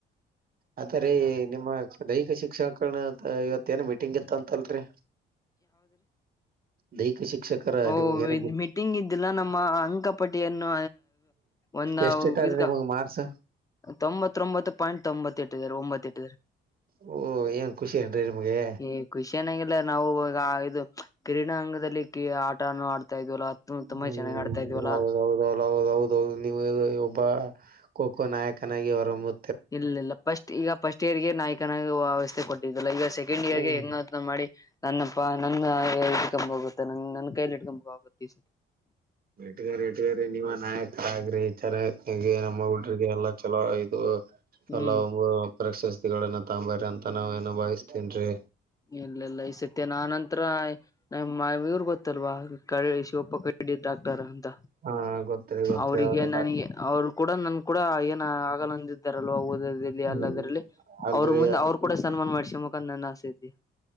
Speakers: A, on the right; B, on the left.
A: ಆದಾರೆ ನಿಮ್ಮ ದೈಹಿಕ ಶಿಕ್ಷಣಕಾರಣ ಇವತ್ತು. ಇವತ್ತು ಏನೋ ಮೀಟಿಂಗ್ ಇತ್ತಅಂತಲ್ರಿ ದೈಹಿಕ ಶಿಕ್ಷಕರ.
B: ಓಹ
A: ನಿಮ್ಗ ಏನ
B: ಮೀಟಿಂಗ್ ಇದ್ದಿಲ್ಲಾ ನಮ್ಮ ಅಂಕ. ಪಟ್ಟಿಯನ್ನು ಒಂದ
A: ಎಷ್ಟ ಇಟ್ಟಾರಿ
B: ಇದ.
A: ನಿಮಗ್ ಮಾರ್ಕ್ಸ್.
B: ತೊಂಬತ್ತೊಂಬತ್ತು ಪಾಯಿಂಟ್ ತೊಂಬತು ಇಟ್ಟಿದಾರೆ ಒಂಬತ್ತೆ.
A: ಓ ಏನ್ ಖುಷಿ ಏನ್ರಿ ನಿಮ್ಗೆ
B: ಈ ಖುಷಿಯನಂಗಿಲ್ಲ ನಾವು ಈಗ ಇದು ಕ್ರೀಡಾ ಅಂಗದಲ್ಲಿ ಆಟನು ಆಡ್ತ. ಆತ ಇದ್ವಲ್ಲ ಅ ತುಂಬಾ
A: ಹ್ಮ್
B: ಚೆನ್ನಾಗಿ ಆಡ್ತಾ ಇದವಲ್ಲ.
A: ಹೌದೌದೌದ ಹೌದೌದೌದು ನೀವು ಒಬ್ಬ ಖೋ- ಖೋ ನಾಯಕನಾಗಿ ಹೊರಹೊಂಮ್ಮು.
B: ಇಲ್ಲ ಇಲ್ಲ ಫಸ್ಟ್ ಈಗ ಫಸ್ಟ್ ಇಯರ್ಗೆ ನಾಯಕನ ವ್ಯವಸ್ಥೆ ಕೊಟ್ಟಿದ್ದಲ್ಲ ಈಗ ಸೆಕಂಡ್ ಇಯರ್ಗೆ
A: ಹ್ಮ್
B: ಹೆಂಗ. ಮಾಡಿ ನನ್ನಪ್ಪಾ ನನ್ನ ಇಟ್ಕೊಂಡ್ ಹೋಗುತ್ತೆ ನ ನನ್ನ ಕೈಲಿ ಇಟ್ಕೊಂಡ್ಬುತ್ತೆ ಈ ಸ.
A: ಇಟ್ಟಗಾರ ಇಟ್ಗಾರಿ ನಿಮ್ಮ ನಾಯಕರ ಅಗರಿ ಚೆನ್ನತ್ಗೆ ನಮ್ಮ ಹುಡ್ರಿಗೆ ಎಲ್ಲಾ ಚಲೋ ಐ. ಇದು
B: ಹ್ಮ್
A: ಎಲ್ಲ ಒ ಪ್ರಶಸ್ತಿಗಳನ್ನ ತಂಬ್ರ ಅಂತ ನಾವ ಏನ ಭಾವಿಸ್ತೇನ್ರಿ.
B: ಇಲ್ಲ ಇಲ್ಲ ಈ ಸತ್ಯ ನ ನಂತರ ನ ಇವ್ರ ಗೊತ್ತಲ್ವಾ. ಕಳಿಸಿ ಒಪ್ಪ ಕ ಡಾಕ್ಟರ್ ಅಂತ
A: ಹಾ ಗೊತ್ತರಿ ಗೊತ್ತರಿ
B: ಅವ್ರಿಗೆ
A: ಅವರು
B: ನನಗೆ ಅವರು. ಕೂಡ ನನ್ ಕೂಡ ಏನ ಆಗಲ್ಲಂದ ಇದಿದ್ದಾರಲ್ವ ಓದಲ್ಲಿ
A: ಹ್ಮ್
B: ಅಲ್ಲದರಲ್ಲಿ
A: ಅಲ್ರಿ
B: ಅವ್ರ ಮುಂದೆ ಅವ್ರ. ಕೂಡ ಸನ್ಮಾನ ಮಾಡಸ ಮುಖಂದ ನನ್ನ ಆಸೆ ಅಯತಿ.